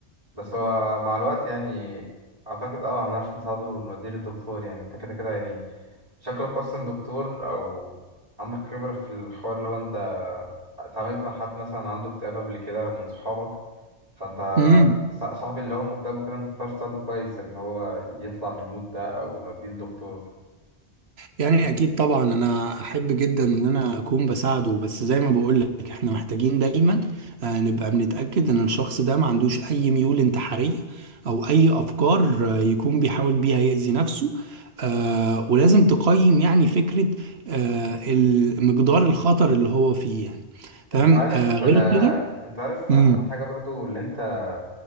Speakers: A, on the right; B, on the right.
A: بس هو مع الوقت يعني أعتقد أه هنعرف نساعده ونوديه للدكتور يعني أنت كده كده يعني شكلك أصلا دكتور أو عندك خبرة في الحوار لو أنت اتعاملت مع حد مثلا عنده اكتئاب قبل كده من صحابك فانت
B: امم
A: ص- صاحبي اللي هو مكتئب وكده انت تعرف تساعده كويس ان هو يطلع من المود ده او نوديه لدكتور
B: يعني اكيد طبعا انا احب جدا ان انا اكون بساعده بس زي ما بقول لك احنا محتاجين دايما آه، نبقى بنتاكد ان الشخص ده ما عندوش اي ميول انتحاريه او اي افكار آه، يكون بيحاول بيها يأذي نفسه آه، ولازم تقيم يعني فكره آه، ال- مقدار الخطر اللي هو فيه يعني فاهم
A: انت عارف
B: آه، غير
A: آه،
B: كده
A: انت عارف
B: مم.
A: اهم حاجة برضو اللي انت